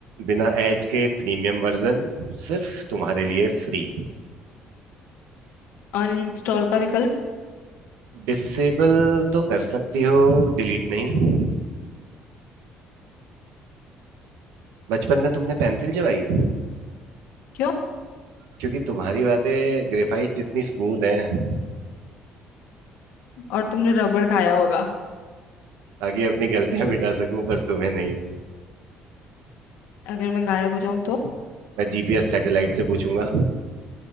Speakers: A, on the right; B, on the left.
A: बिना एड्स के प्रीमियम वर्जन सिर्फ तुम्हारे लिए फ्री
B: अनइंस्टॉल का विकल्प
A: डिसेबल तो कर सकती हो डिलीट नहीं बचपन में तुमने पेंसिल चबाई
B: क्यों
A: क्योंकि तुम्हारी बातें ग्रेफाइट जितनी स्मूथ हैं
B: और तुमने रबर खाया होगा
A: ताकि अपनी गलतियां मिटा सकूं पर तुम्हें नहीं
B: अगर मैं गायब हो जाऊं तो
A: मैं जीपीएस सैटेलाइट से पूछूंगा